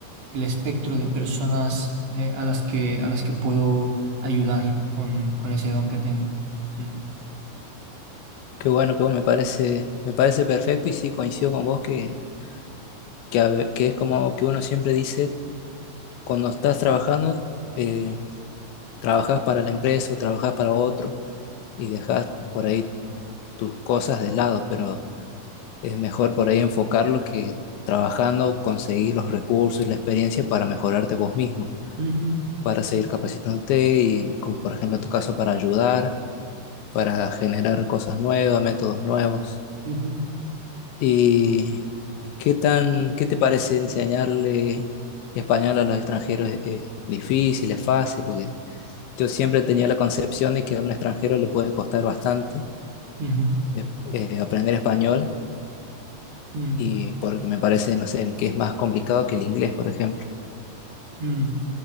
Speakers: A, on the right (about 70°); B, on the left (about 80°).
A: el espectro de personas eh, a las que, a las que puedo ayudar con, con ese don que tengo. Mm.
B: Qué bueno, qué bueno, me parece, me parece perfecto y sí coincido con vos que, que, a ve- que es como que uno siempre dice, cuando estás trabajando, eh, trabajás para la empresa o trabajás para otro y dejás por ahí tus cosas de lado, pero es mejor por ahí enfocarlo que trabajando conseguir los recursos y la experiencia para mejorarte vos mismo,
A: Ujú,
B: para seguir capacitándote y como por ejemplo en tu caso para ayudar, para generar cosas nuevas, métodos nuevos.
A: ujú,
B: ¿Y qué tan, qué te parece enseñarle español a los extranjeros? ¿Es, es difícil, es fácil? Porque yo siempre tenía la concepción de que a un extranjero le puede costar bastante
A: ujú,
B: eh, eh, aprender español
A: mm,
B: y porque me parece, no sé, que es más complicado que el inglés, por ejemplo.
A: mm.